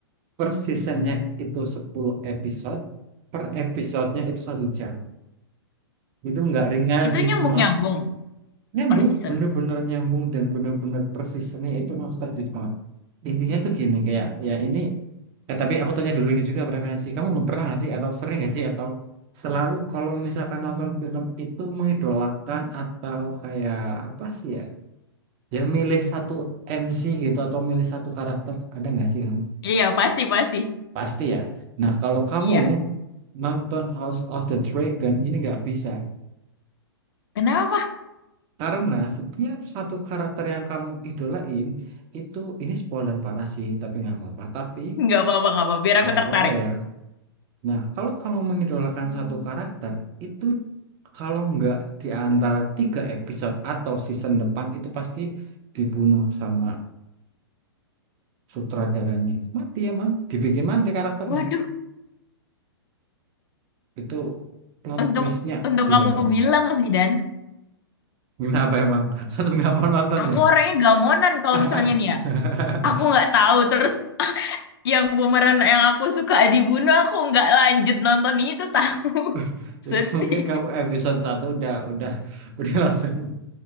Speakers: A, on the right; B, on the left.
A: Per seasonnya itu 10 episode. Per episodenya itu satu jam. Itu nggak ringan
B: Itu
A: sih,
B: nyambung-nyambung
A: cuma nyambung
B: per season.
A: bener-bener nyambung dan bener-bener persisnya itu nostalgic banget intinya tuh gini kayak ya ini eh tapi aku tanya dulu ini juga preferensi kamu nggak pernah nggak sih atau sering nggak sih atau selalu kalau misalkan nonton film itu mengidolakan atau kayak apa sih ya ya milih satu MC gitu atau milih satu karakter ada nggak sih kamu
B: Iya, pasti, pasti.
A: pasti ya nah kalau kamu
B: Iya.
A: nonton House of the Dragon ini nggak bisa
B: Kenapa?
A: Karena setiap satu karakter yang kamu idolain itu ini spoiler parah sih, tapi nggak apa-apa. Tapi
B: Nggak apa-apa, nggak apa-apa. Biar aku
A: nggak
B: tertarik.
A: apa-apa ya. Nah, kalau kamu mengidolakan satu karakter itu kalau nggak di antara tiga episode atau season depan itu pasti dibunuh sama sutradaranya. Mati emang, dibikin mati karakternya.
B: Waduh,
A: Itu plot
B: untung
A: twistnya
B: untung
A: gila
B: kamu
A: banget.
B: bilang sih, Dan.
A: Kenapa emang? <laughs> Langsung nggak mau nonton
B: Aku
A: ya?
B: orangnya gamonan kalau misalnya
A: <laughs>
B: nih ya. Aku nggak tahu, terus <laughs> yang pemeran yang aku suka dibunuh aku nggak lanjut nonton itu tahu
A: <laughs>
B: <laughs>
A: itu
B: sedih
A: mungkin kamu episode satu udah udah <laughs> udah langsung